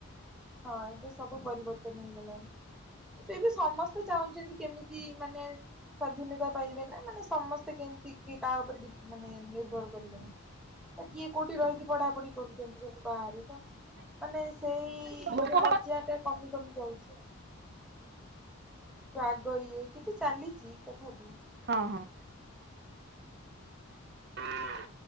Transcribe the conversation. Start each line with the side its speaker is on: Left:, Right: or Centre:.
Centre: ହଁ ଏବେ ସବୁ ପରିବର୍ତ୍ତନ ହେଇଗଲାଣି। ଏବେ ଏବେ ସମସ୍ତେ ଚାହୁଁଛନ୍ତି କେମିତି ମାନେ ସ୍ଵାଧୀନତା ପାଇବେ ନା ମାନେ ସମସ୍ତେ କେମିତି କିଏ କାହା ଉପରେ ଡି ମାନେ ନିର୍ଭର କରିବେନି ତ କିଏ କୋଉଠି ରହିକି ପଢାପଢି କରୁଛନ୍ତି ସବୁ ବାହାରେ ତ ମାନେ ସେଇ
Right: ହଁ ହଁ
Centre: ମଜା ଟା କମି କମି ଯାଉଚି ଆଉ। ଯୋ ଆଗ ଇଏ କିନ୍ତୁ ଚାଲିଚି ତଥାପି।
Right: ହଁ ହଁ।
Centre: ହଁ।
Right: ହଁ।